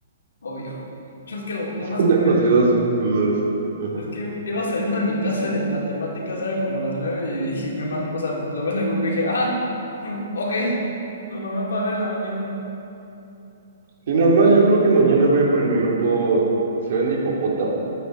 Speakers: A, on the left (about 80°); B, on the right (about 55°).
A: obvio. <laughs> Yo Es que lo,
B: <laughs>
A: lo más
B: Son
A: curioso
B: demasiadas dudas. Ajá.
A: es que iba saliendo de mi clase de matemáticas, era como las nueve y dije- me mando, o sea, lo ves en el grupo y dije, ah, <laughs> ok, lo normal para ver en la mañana.
B: Sí, normal, yo creo que mañana voy a poner en mi grupo Se vende hipopótamo.